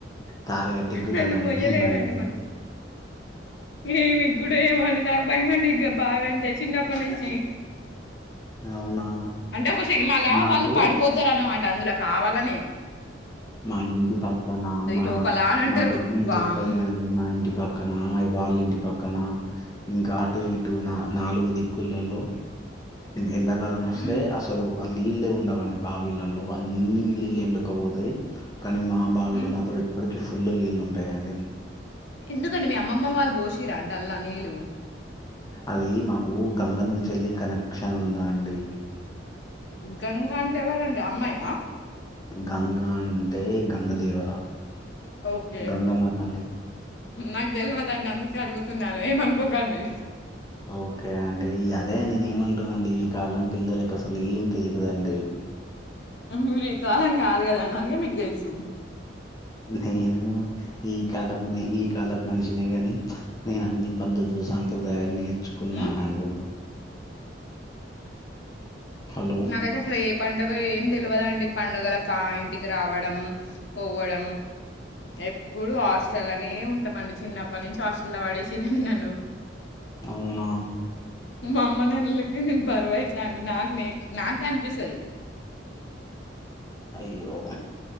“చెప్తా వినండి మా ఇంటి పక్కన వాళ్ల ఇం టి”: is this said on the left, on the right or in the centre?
Left